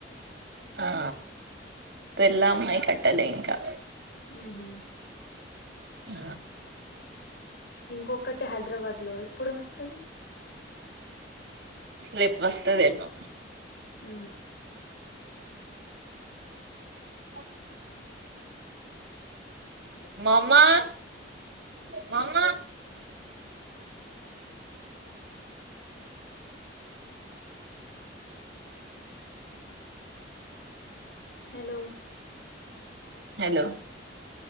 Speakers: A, on the right; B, on the left.
A: ఆ పెళ్ళాం అయి కట్టలే ఇంకా.
B: హుహు
A: ఆ
B: ఇంకొకటి హైదరాబాద్ లో ఎప్పుడు వస్తది
A: రేపు వస్తది ఏమో
B: ఉ
A: చె మామ మామ
B: హలో
A: హలో